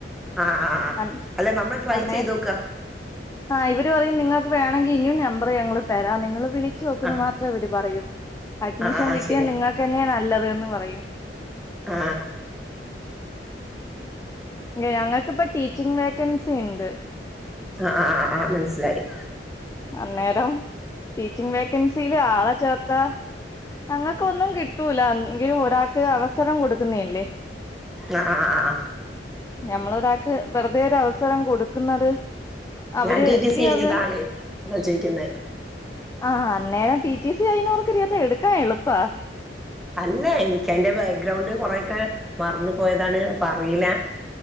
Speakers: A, in the centre; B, on the left (about 15°).
A: ആ ആ
B: അൻ
A: അല്ല നമ്മൾ ട്രൈ
B: ആന്നേ
A: ചെയ്തോക്ക
B: ആ ഇവര് പറയും നിങ്ങൾക്ക് വേണെങ്കിൽ ഇിയും നമ്പർ ഞങ്ങൾ തരാം നിങ്ങള് വിളി വിച്ചോക്ക്ന്ന്
A: ആ
B: മാത്രേ ഇവര് പറയൂ അഡ്മിഷൻ
A: ആ ആ ആ
B: കിട്ടിയാൽ
A: ശരിയാ
B: നിങ്ങൾക്കെന്നെയാ നല്ലതന്ന് പറയും
A: ആ
B: എ ഞങ്ങൾക്കിപ്പം ടീച്ചിംങ് വേക്കൻസിണ്ട്
A: ആ ആ ആ മനസ്സിലായി
B: അന്നേരം ടീച്ചിങ് വേക്കൻസില് ആളാ ചേർത്ത ഞങ്ങൾക്കൊന്നും കിട്ടൂല എങ്കിലും ഒരാൾക്ക് അവസരം കൊടുക്കുന്നേല്ലേ
A: ആ ആ ആ ആ
B: ഞമ്മള രാക്ക് വെറുതേ ഒരവസരം കൊടുക്കുന്നത് അവര്ക്ക്
A: ഞാൻ ടി ടി സി കഴിഞ്ഞതാണ്
B: അത്
A: അതാ ചോയിക്കുന്നേ
B: ആ ആ അന്നേരം ടി ടി സി കഴിഞ്ഞോർക്ക് ഇനിതെടുക്കാൻ എളുപ്പാ
A: അല്ലേ എനിക്ക് അതിന്റെ ബേഗ്രൗണ്ട് കൊറെയൊക്കെ മറന്നു പോയതാണ് പറിയുല്ല